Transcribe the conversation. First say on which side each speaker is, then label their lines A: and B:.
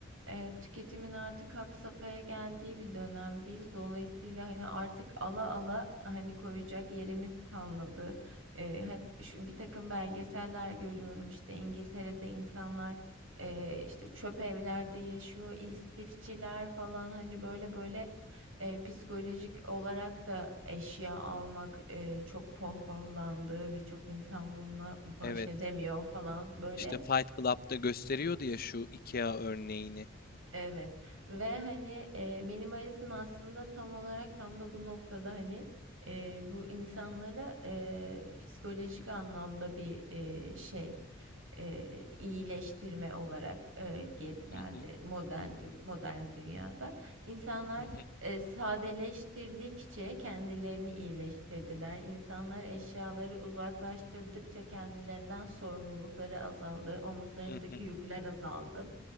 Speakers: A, on the right; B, on the left.
A: e, tüketimin artık had safhaya geldiği bir dönemdeyiz. Dolayısıyla hani artık ala ala hani koyacak yerimiz kalmadı. E, hat, şu, bir takım belgeseller görüyorum işte İngiltere'de insanlar e, işte çöp evlerde yaşıyor, istifçiler falan hani böyle böyle e, psikolojik olarak da eşya almak e, çok pohpohlandı. Birçok insan bununla baş
B: Evet.
A: edemiyor falan böyle.
B: İşte Fight Club'da gösteriyordu ya şu IKEA örneğini.
A: Evet ve hani, eee, minimalizm aslında tam olarak tam da bu noktada, hani, eee, bu insanlara, eee, psikolojik anlamda bir, eee, şey, eee, iyileştirme olarak, eee, geri geldi
B: Hı hı,
A: modern dü modern dünyada. İnsanlar,
B: hı hı,
A: eee, sadeleştirdikçe kendilerini iyileştirdiler. İnsanlar eşyaları uzaklaştırdıkça kendilerinden sorumlulukları azaldı, omuzlarındaki
B: hı hı,
A: yükler azaldı